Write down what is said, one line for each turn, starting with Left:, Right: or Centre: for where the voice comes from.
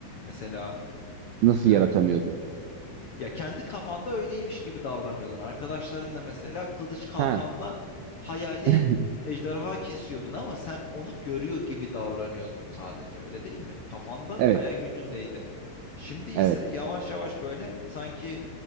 Left: Mesela
Right: Nasıl
Left: e,
Right: yaratamıyordun?
Left: ya kendi kafanda öyleymiş gibi davranıyordun. Arkadaşlarınla mesela kılıç kalkanla
Right: Ha,
Left: hayali
Right: <laughs>
Left: ejderha kesiyordun ama sen onu görüyor gibi davranıyordun sadece. Öyle değil mi? Kafanda
Right: evet,
Left: hayal gücündeydi. Şimdi ise
Right: evet.
Left: yavaş yavaş böyle sanki